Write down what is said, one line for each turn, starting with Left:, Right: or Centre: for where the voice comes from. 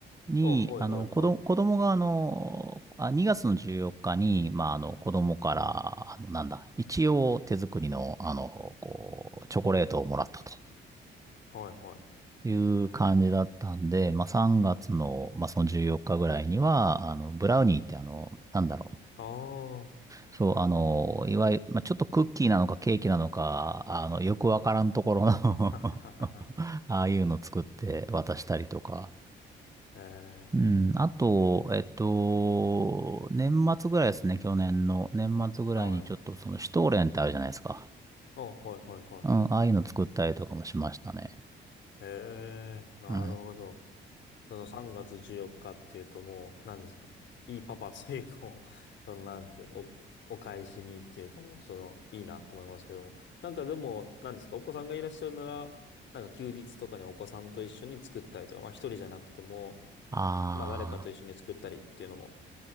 Right: に、
Left: あ、はいはいは
Right: あの、子ど、子供が、あの、あ、2月の14日に、まあ、あの、子供から、あの、なんだ、一応手作りの、あの、こう、チョコレートをもらったと
Left: い。はいはい。
Right: いう感じだったんで、まあ、3月の、まあ、その14日ぐらいには、あの、ブラウニーって、あの、なんだろう、
Left: ああ。<laughs>
Right: そう、あの、いわゆる、まあ、ちょっとクッキーなのかケーキなのか、あの、よくわからんところの <laughs>
Left: はははは。
Right: ああいうの作って渡したりとか。
Left: え
Right: うん。あと、えっと、年末ぐらいですね、去年の。年末ぐらいにちょっとその、
Left: えー。はい。
Right: シュトーレンってあるじゃないですか。
Left: あ、はいはいはい。
Right: うん。ああいうの作ったりとかもしましたね。
Left: ええー、なるほど。
Right: うん。
Left: その3月14日っかっていうともう、何ですかいいパパというかもう、<laughs> そのなんていうの、お、お返しにっていうかもう、その、いいなと思いますけども。なんかでも、何ですかお子さんがいらっしゃるなら、なんか休日とかにお子さんと一緒に作ったりとか、まあ一人じゃなくても、
Right: あ
Left: まあ誰かと一緒に作ったりっていうのも